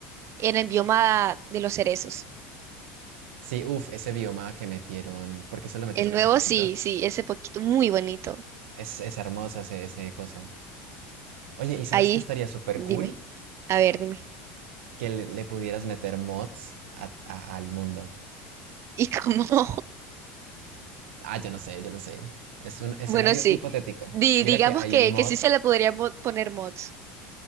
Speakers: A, on the right; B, on the right.
A: en el bioma de los cerezos.
B: sí, uff, ese bioma que metieron, porque se lo metieron
A: El nuevo,
B: hace poquito.
A: sí, sí, ese poquito, muy bonito.
B: Es, es hermoso ese, ese coso. Oye, ¿y sabes
A: Ahí,
B: qué estaría súper
A: dime.
B: cool?
A: A ver, dime.
B: que le, le pudieras meter mods a- a- al mundo.
A: ¿Y cómo? <laughs>
B: Ah, yo no sé, yo no sé. Es un escenario
A: Bueno, sí.
B: hipotético.
A: Di-
B: Mira
A: digamos
B: que hay
A: que,
B: un mod,
A: que sí se le podría mo- poner mods.